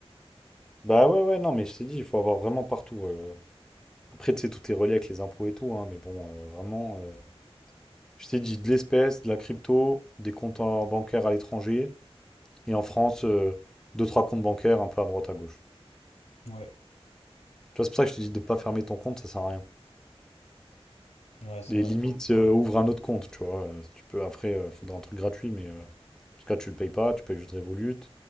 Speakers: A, in the centre; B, on the left (about 85°).
A: Bah ouais, ouais, non, mais je t'ai dit, il faut avoir vraiment partout. euh. Après, tu sais, tout est relié avec les impôts et tout, hein, mais bon, euh, vraiment, euh, je t'ai dit de l'espèce, de la crypto, des comptes en- bancaires à l'étranger, et en France, euh, deux, trois comptes bancaires un peu à droite, à gauche.
B: Ouais,
A: Tu vois, c'est pour ça que je te dis de pas fermer ton compte, ça sert à rien.
B: ouais, c'est
A: Et
B: vrai.
A: limite, euh, ouvre un autre compte, tu vois. euh, si tu peux, après, il faudra un truc gratuit, mais euh, en tout cas, tu le payes pas, tu payes juste Revolut.